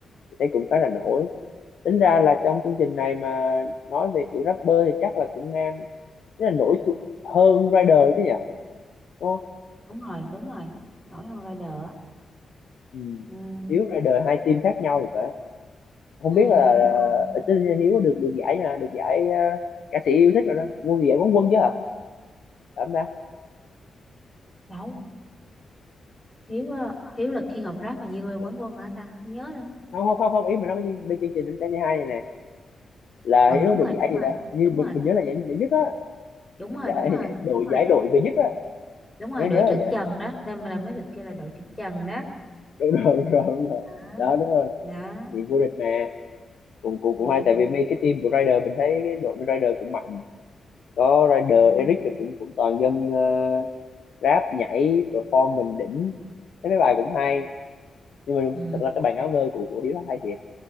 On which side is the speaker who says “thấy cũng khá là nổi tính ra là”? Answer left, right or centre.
Left